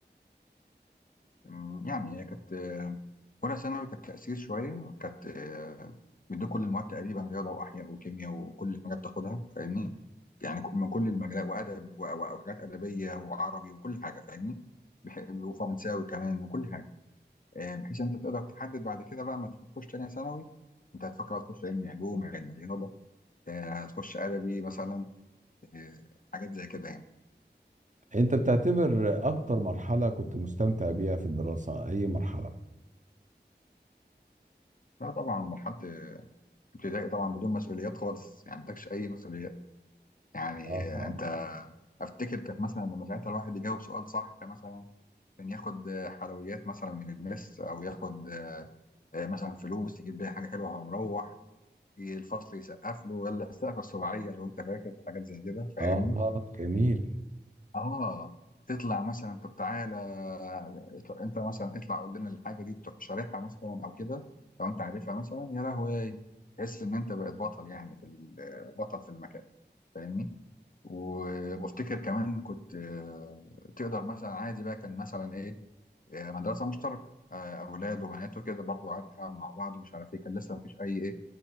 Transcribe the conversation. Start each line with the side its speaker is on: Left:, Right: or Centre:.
Left: أمم، يعني هي كانت آه، اولى ثانوي كانت تاثير شويه كانت آه، بيدوك كل المواد تقريبا رياضه واحياء وكيمياء وكل الحاجات بتاخدها فاهمني يعني ك- من كل المجالات وادب و- و- وحاجات ادبيه وعربي وكل حاجه فاهمني بح- وفرنساوي كمان وكل حاجه آه، بحيث انت تقدر تحدد بعد كده بقى ما تيجي تخش تانية ثانوي انت هتفكر بقى تخش علم علوم علم رياضه آه، هتخش ادبي مثلا آه، حاجات زي كده يعني
Right: أنت بتعتبر أكتر مرحلة كنت مستمتع بيها في الدراسة أي مرحلة
Left: لا طبعا مرحله ابتدائي طبعا بدون مسؤوليات خالص يعني ما عندكش اي مسؤوليات يعني
Right: اه
Left: آه،
Right: فعلا
Left: انت افتكر كانت مثلا لما ساعتها الواحد يجاوب سؤال صح مثلا كان ياخد آه، حلويات مثلا من المس او ياخد آه، مثلا فلوس يجيب بيها حاجه حلوه وهو مروح الفصل يسقف له يلا السقفه السباعيه لو انت فاكر حاجات زي كده فاهمني
Right: آه آه، جميل
Left: اه تطلع مثلا طب تعالى اطلع- انت مثلا اطلع قول لنا الحاجه دي تروح شارحها مثلا او كده لو انت عارفها مثلا يا لهوي تحس ان انت بقيت بطل يعني في ال- بطل في المكان فاهمني و- وافتكر كمان كنت آه، تقدر مثلا عادي بقى كان مثلا ايه آه، مدرسه مشتركه آه، اولاد وبنات وكده برضو عادي نلعب مع بعض ومش عارف ايه كان لسه مفيش اي ايه